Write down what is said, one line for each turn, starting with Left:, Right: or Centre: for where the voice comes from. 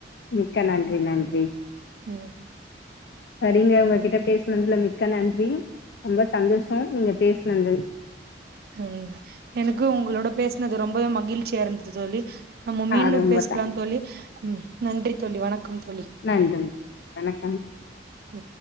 Left: மிக்க நன்றி நன்றி
Right: உம்
Left: சரிங்க உங்ககிட்ட பேசினதுல மிக்க நன்றி ரொம்ப சந்தோஷம் நீங்க பேசினது
Right: உம் எனக்கு உங்களோட பேசினது ரொம்பவே மகிழ்ச்சியா இருந்தது தோழி நம்ம மீண்டும்
Left: ஆ ரொம்ப
Right: பேசலா
Left: தேங்க்ஸ்
Right: தோழி உம் நன்றி தோழி வணக்கம் தோழி
Left: நன்றி வணக்கம்
Right: ம்